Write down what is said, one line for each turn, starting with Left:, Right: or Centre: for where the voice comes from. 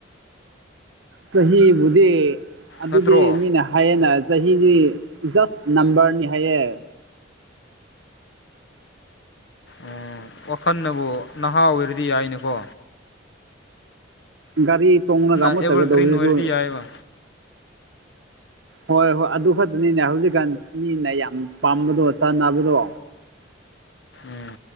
Right: ꯆꯍꯤꯕꯨꯗꯤ ꯑꯗꯨꯗꯤ
Left: ꯅꯠꯇ꯭ꯔꯣ
Right: ꯃꯤꯅ ꯍꯥꯏꯌꯦꯅ ꯆꯍꯤ ꯖꯁ ꯅꯝꯝꯕꯔꯅꯤ ꯍꯥꯏꯌꯦ
Left: ꯎꯝ ꯋꯥꯈꯜꯅꯕꯨ ꯅꯍꯥ ꯑꯣꯏꯔꯗꯤ ꯌꯥꯏꯅꯤꯀꯣ
Right: ꯒꯥꯔꯤ ꯇꯣꯡꯡꯂꯒ ꯑꯃꯨꯊꯒꯗꯧꯁꯤꯁꯨ
Left: ꯑꯦꯚꯔꯒ꯭ꯔꯤꯟ ꯑꯣꯏꯔꯗꯤ ꯌꯥꯏꯕ
Right: ꯍꯣꯏ ꯍꯣꯏ ꯑꯗꯨ ꯈꯛꯇꯅꯤꯅꯦ ꯍꯧꯖꯤꯛꯀꯥꯟ ꯃꯤꯅ ꯌꯥꯝ ꯄꯥꯝꯕꯗꯣ ꯆꯥꯅꯕꯗꯣ
Left: ꯎꯝ